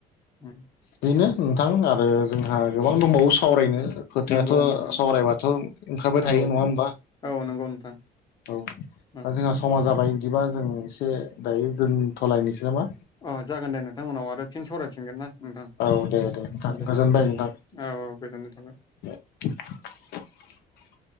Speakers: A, on the left; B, on the left.
A: उम
B: बेनो। नोंथां आरो जोंहा गोबां दंबावो। सावरायनो। खोथायाथ'
A: नंगौ नोंथां
B: सावरायबाथ' ओंखारबाय थायो
A: औ
B: नङा होमबा
A: औ नंगौ नोंथां
B: औ
A: औ
B: दा जोंहा समाज जाबाय। बिदिबा जों एसे दायो दोनथ'लायनोसै नामा?
A: औ जागोन दे नोंथां उनाव आरो फिन सावरायफिनगोन ना नोंथां
B: औ दे नोंथां
A: दे ओ
B: गोजोनबाय नोंथां
A: औ औ गोजोननाय थाबाय।
B: <inaudible>